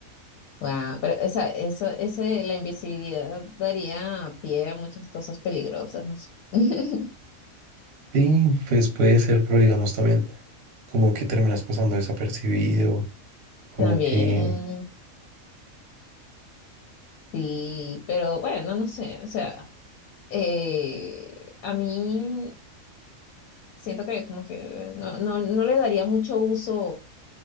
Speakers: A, on the left; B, on the right.
A: Wow, pero esa, eso, ese, la invisibilidad daría pie a muchas cosas peligrosas, no sé. <laughs>
B: Sí, pues puede ser, pero digamos también como que terminas pasando desapercibido, como
A: También,
B: que...
A: sí, pero bueno, no sé, o sea, eh, a mí siento que como que no, no, no le daría mucho uso